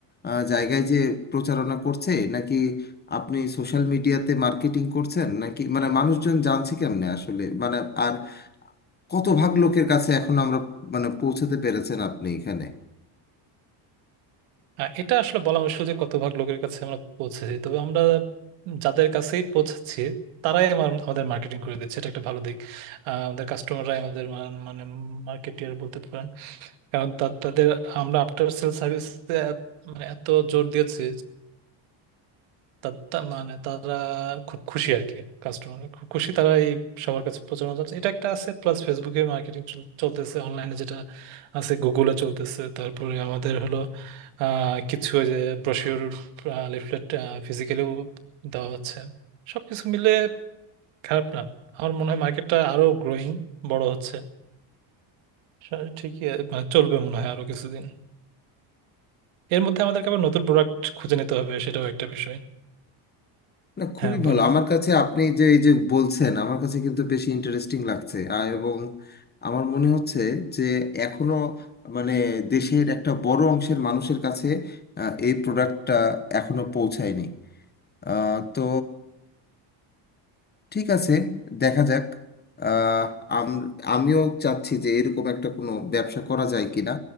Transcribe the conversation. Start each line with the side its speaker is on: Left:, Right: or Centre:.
Left: আহ, জায়গায় যে প্রচারণা করছে নাকি আপনি সোশ্যাল মিডিয়াতে মার্কেটিং করছেন নাকি মানে মানুষজন জানছে কেমনে আসলে মানে আর কত ভাগ লোকের কাছে এখন আমরা মানে পৌঁছাতে পেরেছেন আপনি এখানে
Right: আহ, এটা আসলে বলা মুশকিল যে কত ভাগ লোকের কাছে আমরা পৌঁছেছি তবে আমরা যাদের কাছেই পৌঁছেছি তারাই আমার- আমাদের মার্কেটিং করে দিচ্ছে এটা একটা ভালো দিক আহ, আমাদের কাস্টমাররাই আমাদের মা- মানে মার্কেটিয়ার বলতে পারেন কারণ তা- তাদের আমরা আফটার সেল সার্ভিস মানে এত জোর দিয়েছি তা- তা মানে তারা খুব খুশি আর কি কাস্টমার খুব খুশি তারা এই সবার কাছে প্রচারণা চলছে এটা একটা আছে প্লাস ফেসবুকে মার্কেটিং চলতেছে অনলাইনে যেটা আছে গুগলে চলতেছে তারপরে আমাদের হলো আহ, কিছু ওই যে ব্রোশিওর লিফলেট ফিজিক্যালিও দেওয়া হচ্ছে সবকিছু মিলে খারাপ না আমার মনে হয় মার্কেটটা আরো গ্রোয়িং বড় হচ্ছে সা- ঠিকই আ- মানে চলবে মনে হয় আরো কিছুদিন এর মধ্যে আমাদেরকে আবার নতুন প্রোডাক্ট খুঁজে নিতে হবে সেটাও একটা বিষয়
Left: না খুবই
Right: হ্যাঁ বলুন
Left: ভালো আমার কাছে আপনি যে এই যে বলছেন আমার কাছে কিন্তু বেশি ইন্টারেস্টিং লাগছে আর এবং আমার মনে হচ্ছে যে এখনো মানে দেশের একটা বড় অংশের মানুষের কাছে আহ, এই প্রোডাক্টটা এখনো পৌঁছায়নি আহ, তো ঠিক আছে দেখা যাক আহ, আম- আমিও চাচ্ছি যে এরকম একটা কোনো ব্যবসা করা যায় কিনা